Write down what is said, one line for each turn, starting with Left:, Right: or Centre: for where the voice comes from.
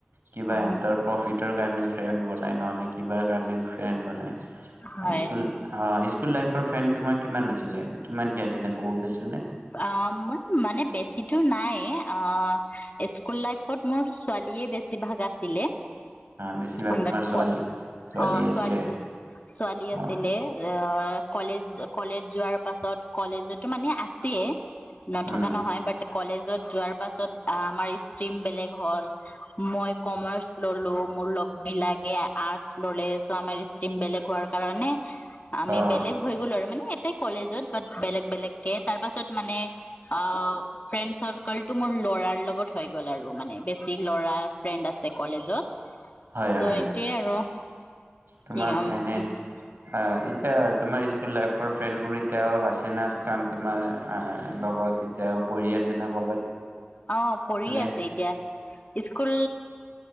Right: কিবা
Left: উ
Right: এহেতৰ প্ৰফিট তৰ কাৰণে ফ্ৰেণ্ড বনায়, নহ'লে কিবাৰ কাৰণে ফ্ৰেণ্ড বনায়।
Left: হয়
Right: হাইস্কুল অ' স্কুল-লাইফৰ ফেণ্ড তোমাৰ কিমান আাছিলে? কিমানকে আছিলে? বহুত আছিলনে?
Left: অ মোৰ মানে বেছিতো নাই অ'- এ স্কুল লাইফত মোৰ ছোৱালীয়ে বেছি বেছি ভাগ আছিলে।
Right: বেছিভাগ
Left: অ'
Right: তোমাৰ
Left: বাত-
Right: ছোৱালী ছোৱালী
Left: অ'
Right: আছিলে
Left: ছোৱালী- ছোৱালী আছিলে।
Right: অ'
Left: অ' কলেজ- কলেজ যোৱাৰ পাছত, কলেজতো মানে আ ছিয়ে নথকা
Right: উম
Left: নহয়। বাত কলেজত যোৱাৰ পাছত আমাৰ ইছ ষ্ট্ৰীম বেলেগ হ'ল। মই কমাৰ্চ ল'লোঁ। মোৰ লগবিলাগে আৰ্টচ ল'লে আমাৰ ষ্ট্ৰীম বেলেগ হোৱাৰ কাৰণে, আমি
Right: অ'
Left: বেলেগ হৈ গ'লো আৰু। মানে একেই কলেজত। বাত বেলেগ-বেলেগকে তাৰপিছত মানে অ', ফ্ৰেণ্ড চৰকালটো, মোৰ ল'ৰাৰ লগত হৈ গ'ল আৰু মানে বেছ, যি ল'ৰাৰ ফ্ৰেণ্ড আছে। কলেজত, চ',
Right: হয় হয়
Left: এইটোয়ে আৰু,
Right: তোমাক
Left: কি
Right: এনে অঁ এতিয়া তোমাৰ স্কুল লাইফৰ ফ্ৰেণ্ডবোৰ এতিয়াও আছে ন কাৰণ তোমাৰ লগত এতিয়াও পঢ়ি আছে না ক'ৰবাত
Left: অঁ পঢ়ি
Right: মানে
Left: আছে এতিয়া স্কুল